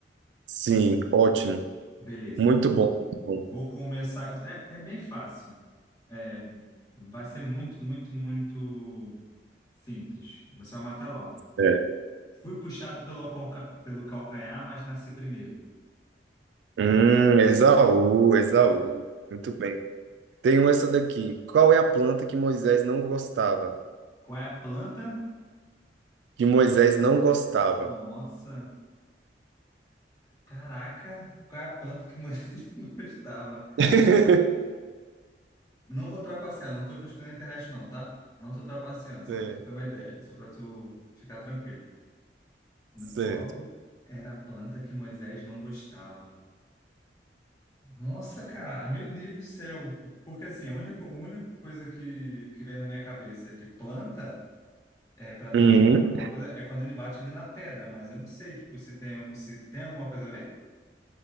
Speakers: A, on the right; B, on the left.
A: Sim, ótimo.
B: Beleza,
A: Muito
B: então.
A: bom. Muito
B: Vou
A: Bom,
B: começar. É, é bem fácil. É, vai ser muito, muito, muito simples. Você vai matar logo.
A: É.
B: Fui puxado pelo, calca- pelo calcanhar, mas nasci primeiro.
A: Hum, Esaú,
B: Exa-
A: Esaú. Muito bem. Tem um essa daqui. Qual é a planta que Moisés não gostava?
B: Qual é a planta?
A: Que Moisés não gostava.
B: Nossa, caraca, qual é a planta que mais <laughs> eu gostava?
A: <laughs>
B: Não vou trapacear, não tô pesquisando na internet não, tá? Não tô trapaceando, só
A: Certo.
B: para tu ter uma ideia, só para tu ficar tranquilo.
A: certo.
B: Qual era a planta que Moisés não gostava? Nossa, cara, meu Deus do céu. Porque assim, a única, a única coisa que, que vem na minha cabeça de planta É para tentar
A: Uhum.
B: alguma coisa. É quando ele bate ele na pedra, mas eu não sei, tipo, se tem, algum- se tem alguma coisa a ver?